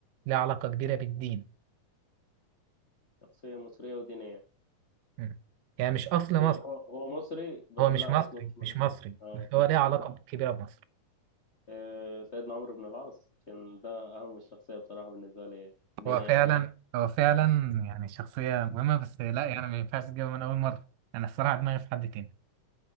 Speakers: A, on the right; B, on the left.
A: ليها علاقة كبيرة بالدين
B: شخصيه مصريه ودينيه
A: مم. يعني مش أصل مصر
B: هي هو, هو مصري ب...
A: هو
B: لا
A: مش مصري
B: اصله مش مصري
A: مش مصري
B: اه
A: بس هو ليه علاقة
B: طب حق
A: كبيرة بمصر
B: آه سيدنا عمرو بن العاص عشان ده اهم الشخصيه بصراحه بالنسبه لي دينيه
A: هو فعلا
B: حاليا
A: هو فعلا يعني شخصية مهمة بس لا يعني ما ينفعش تجيبها من أول مرة أنا الصراحة دماغي في حد تاني